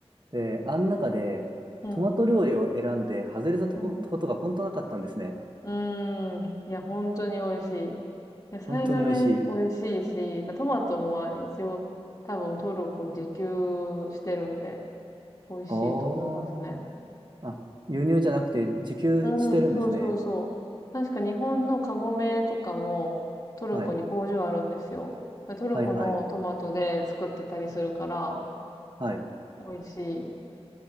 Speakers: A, on the right; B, on the left.
A: で、あん中で、
B: うん。
A: トマト料理を選んで、外れたとこことが本当なかったんですね。
B: うん。うーん。いや、本当に美味しい。野菜がね、
A: 本当に美味しい。
B: 美味しいし、トマトもまあ一応多分トルコ自給してるんで、美味しいと思いますね。
A: あーあ、輸入じゃなくて、自給してるんですね。
B: うんそうそうそう。確か日本のカゴメとかもトルコに工場あるんですよ。
A: はい。
B: だからトルコのトマトで作ってたりするから、
A: はいはい。はい。
B: 美味しい。